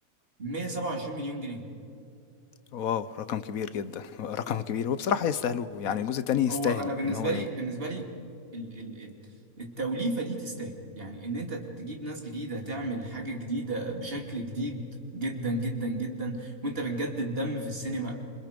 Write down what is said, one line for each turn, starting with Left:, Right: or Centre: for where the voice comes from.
Right: 127 مليون جنيه
Left: واو رقم كبير جدا رقم كبير وبصراحة يستاهلوه يعني الجزء التاني يستاهل
Right: هو انا بالنسبة
Left: ان هو يكون
Right: لي بالنسبة لي ال ال ال التوليفة دي تستاهل يعني ان انت تجيب ناس جديدة تعمل حاجة جديدة بشكل جديد جدا جدا جدا وانت بتجدد دم في السينما